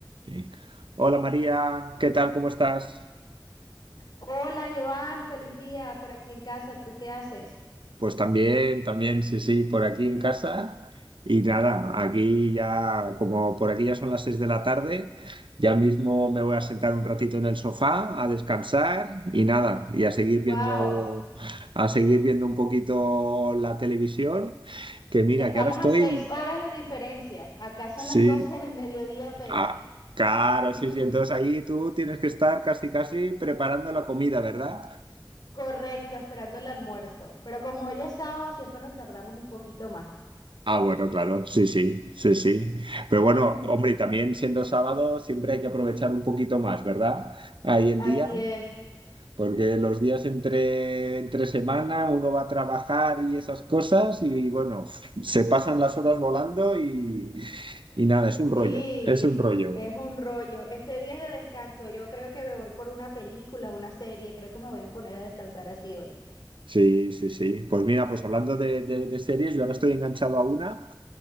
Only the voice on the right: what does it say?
Sí. Hola María, ¿qué tal? ¿Cómo estás?
Pues también, también, sí, sí, por aquí en casa. Y nada, aquí ya, como por aquí ya son las seis de la tarde, ya mismo me voy a sentar un ratito en el sofá a descansar y nada, y a seguir
viendo, a seguir viendo un poquito la televisión, que mira,
que ahora estoy,
sí,
ah, claro,
sí, sí, entonces ahí tú tienes que estar casi, casi preparando la comida, ¿verdad?
Ah, bueno, claro, sí, sí, sí, sí. Pero bueno,
hombre, y también siendo sábado siempre hay que aprovechar un poquito más, ¿verdad? Ahí el
día,
porque los días entre, entre semana uno va a trabajar y esas cosas y bueno, se pasan las horas volando y, y nada, es un rollo,
es un rollo.
Sí, sí, sí. Pues mira, pues hablando de, de de series, yo ahora estoy enganchado a una.